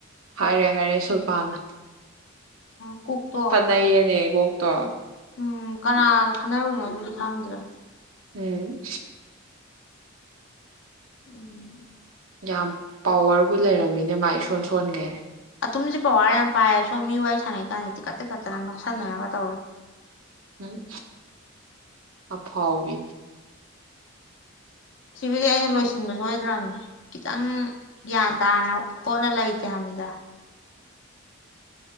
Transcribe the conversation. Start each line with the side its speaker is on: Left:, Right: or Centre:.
Right: ꯍꯥꯏꯔꯦ ꯍꯥꯏꯔꯦ ꯁꯨꯜꯄꯥꯥꯟꯅ
Left: ꯑꯣ ꯀꯨꯛꯇꯣ
Right: ꯀꯅꯥꯏ ꯌꯦꯅꯦ ꯏꯕꯣ ꯇ
Left: ꯎꯝ ꯀꯅꯥꯒ ꯈꯟꯅꯔꯨꯅꯣ ꯑꯗꯨꯗꯤ ꯈꯪꯗ꯭ꯔꯥ
Right: ꯎꯝ
Left: ꯎꯝ
Right: ꯌꯥꯝ ꯄꯋꯔꯕꯨ ꯂꯩꯔꯝꯃꯤꯅꯦ ꯃꯥ ꯏꯁꯣꯟ ꯁꯣꯟꯒꯦ
Left: ꯑꯇꯨꯝꯁ ꯄꯋꯥꯔ ꯌꯥꯝ ꯄꯥꯏꯌꯦ ꯁꯣꯝ ꯃꯤ ꯋꯥꯔꯤ ꯁꯥꯟꯅꯩ ꯀꯥꯟꯗꯗꯤꯤ ꯀꯠꯇ ꯀꯠꯇꯅ ꯅꯧꯁꯤꯟꯅꯔꯒ ꯇꯧꯋꯦ
Right: ꯎꯝ ꯑꯐꯥꯎꯕꯤꯗꯤ
Left: ꯁꯤꯕꯨꯗꯤ ꯑꯩꯅ ꯂꯣꯏꯁꯤꯟꯕ ꯁꯣꯏꯗ꯭ꯔꯕꯅꯦ ꯈꯤꯇꯪ ꯒ꯭ꯌꯥꯟ ꯇꯥꯅ ꯈꯣꯠꯅ ꯂꯩ ꯆꯝꯗ